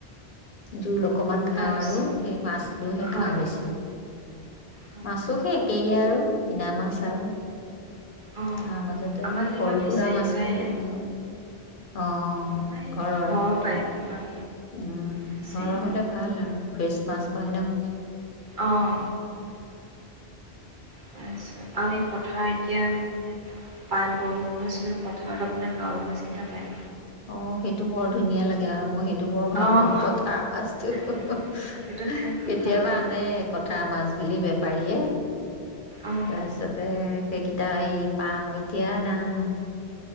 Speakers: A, on the left (about 50°); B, on the right (about 45°).
A: য লোক অকমান খাওঁ
B: তাৰপিছত
A: আৰু সেই মাছটোহে
B: হয়
A: খাওঁ বেছি
B: হয় হয়।
A: মাছো সেই একেইহে আৰু কিনা মা বিচাৰো
B: অ'
A: তাৰ মাজতে
B: আমাৰ
A: সেই
B: যেনিবা
A: সৰু
B: ফিচাৰীৰ
A: সুৰা মাছ
B: পৰাই
A: পেলাই খাওঁ আহ
B: আমাৰ সেই
A: ঘৰৰ
B: পাই তোমাৰ
A: উম
B: ফিচাৰী সেই
A: ঘৰৰ হলে ভাল আৰু ফ্ৰেচ মাছ পায় ন
B: অঁ তাৰপিছত আৰু এই পথাৰত এতিয়া মানে পাম বৰষুণৰ ছিজনত পথাৰত আপোনাৰ কাৱৰৈ মাছকেইটা পায়
A: অ সেইটো বৰ ধুনীয়া লাগে আৰু মই সেই টো বৰ ভাল
B: অঁ
A: পাওঁ পথাৰ মাছতটো
B: সেই- সেইটো
A: কেতিয়াবা
B: খাই খুব ভাল লাগে
A: আনে পথাৰ মাছ বুলি বেপাৰীয়ে
B: অঁ
A: তাৰছতে সেইকিটা পাওঁ, এতিয়া আৰু নাই।